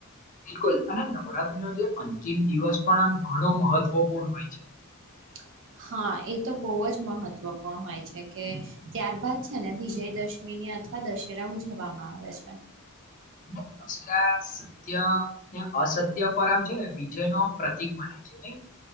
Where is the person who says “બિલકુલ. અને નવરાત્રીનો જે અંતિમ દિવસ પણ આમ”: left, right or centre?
Left